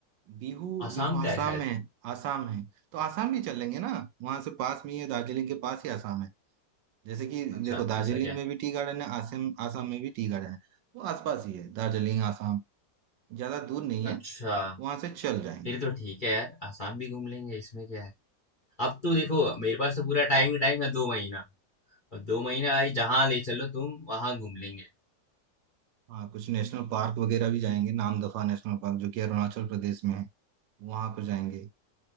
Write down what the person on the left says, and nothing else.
आसाम
का है शायद
अच्छा
ऐसा क्या
अच्छा
फिर तो ठीक है यार आसाम भी घूम लेंगे इसमें क्या है अब तो
देखो मेरे पास तो पूरा टाइम ही टाइम है दो महीना और दो महीना भाई जहाँ ले चलो तुम वहां घूम लेंगे